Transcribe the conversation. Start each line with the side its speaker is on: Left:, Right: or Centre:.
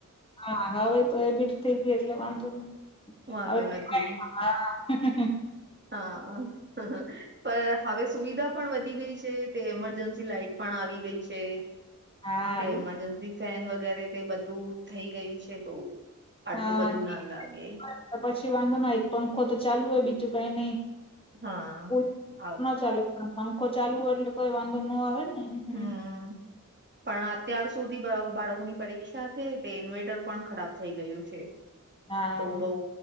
Left: હા, હવે તો હેબીટ થઈ ગય એટલે વાંધો,
Right: વાંધો
Left: હવે
Right: નથી
Left: તો કઈ ના, હા.
Right: હા. હ હ પણ હવે સુવિધા પણ વધી ગઈ છે તે એમરજન્સી લાાઈટ પણ આવી ગઈ છે.
Left: હા હા
Right: તે
Left: એ
Right: એમરજન્સી ફેન વગેરે તે બધું થઈ ગયું છે તો આટલું
Left: હા
Right: બધું ના લાગે.
Left: નહીંતર પછી વાંધો ના એક પંખો તો ચાલુ હોય બીજું કઈ નઈ.
Right: હા
Left: કુ
Right: આવું
Left: ના ચાલે પણ ચાલે પંખો ચાલુ હોય એટલે તો વાંધો નો આવે ને. હમ
Right: હ પણ અત્યાર સુધી બ બાળકોની પરીક્ષા થ તે ઇન્વેર્ટર પણ ખરાબ થઈ ગયું છે.
Left: હા
Right: તો બઉ